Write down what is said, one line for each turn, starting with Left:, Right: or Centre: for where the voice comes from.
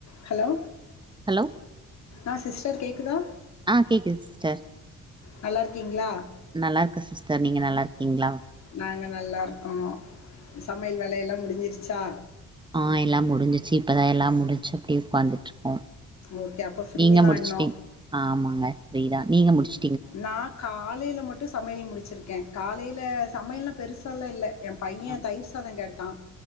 Left: Hello
Right: hello
Left: ஆ sister கேக்குதா
Right: ஆ கேக்குது சிஸ்டர்
Left: நல்லா இருக்கீங்களா
Right: நல்லா இருக்கோ சிஸ்டர் நீங்க நல்லா இருக்கீங்களா
Left: நாங்க நல்லா இருக்கோ சமையல் வேலையெல்லா முடிஞ்சிருச்சா
Right: ஆ எல்லா முடிஞ்சிச்சு இப்பதா எல்லா முடிச்சு அப்டியே உக்காந்துட்டுருக்கோ
Left: ஓகே அப்ப ஃப்ரீ
Right: நீங்க
Left: தா
Right: முடிச்சுட்டீங்
Left: இன்னு
Right: ஆமாங்க ஃப்ரீ தா நீங்க முடிச்சி
Left: நா காலையில மட்டு சமையல் முடிச்சிருக்கே காலையில சமையல்லா பெருசால்லா இல்ல எ பைய
Right: ஆ
Left: தயிர் சாத கேட் டா